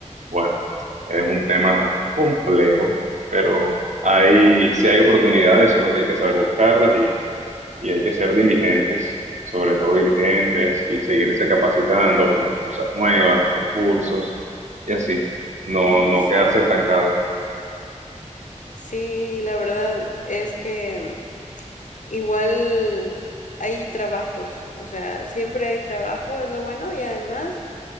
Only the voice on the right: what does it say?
bueno, es un tema complejo, pero ahí sí hay oportunidades, solo que hay que saber buscarlas y hay que ser diligentes, sobre todo diligentes, y seguirse capacitando, aprender cosas nuevas, hacer cursos y así, no,
no
quedarse estancado.